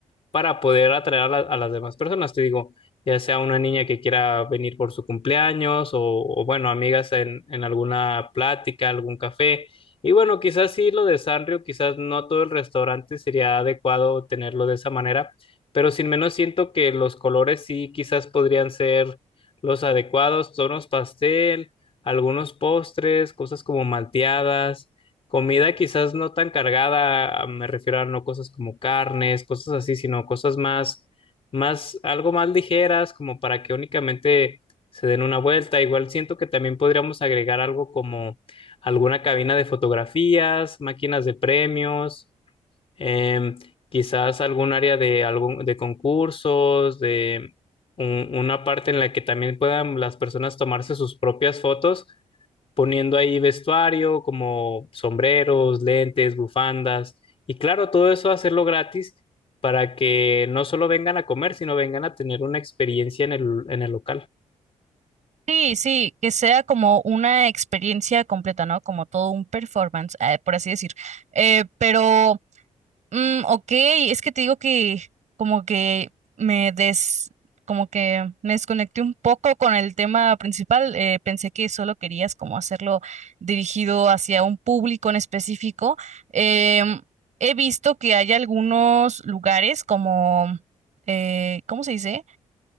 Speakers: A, on the left; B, on the right.
A: para poder atraer a, la- a las demás personas. Te digo, ya sea una niña que quiera venir por su cumpleaños o, o, bueno, amigas en, en alguna plática, algún café. Y bueno, quizás sí lo de Sanrio, quizás no todo el restaurante sería adecuado tenerlo de esa manera, pero sin menos siento que los colores sí quizás podrían ser los adecuados, tonos pastel, algunos postres, cosas como malteadas. Comida quizás no tan cargada, a- me refiero a no cosas como carnes, cosas así, sino cosas más, más, algo más ligeras, como para que únicamente se den una vuelta. Igual siento que también podríamos agregar algo como alguna cabina de fotografías, máquinas de premios, em, quizás algún área de algún, de concursos, de un- una parte en la que también puedan las personas tomarse sus propias fotos poniendo ahí vestuario como sombreros, lentes, bufandas y claro, todo eso hacerlo gratis para que no solo vengan a comer, sino vengan a tener una experiencia en el, en el local,
B: Sí, sí, que sea como una experiencia completa, ¿no? Como todo un performance, eh, por así decir. Eh, pero Mm, ok, es que te digo que como que me des, como que me desconecté un poco con el tema principal. eh, pensé que solo querías como hacerlo dirigido hacia un público en específico. Em, he visto que hay algunos lugares como, eh, ¿cómo se dice?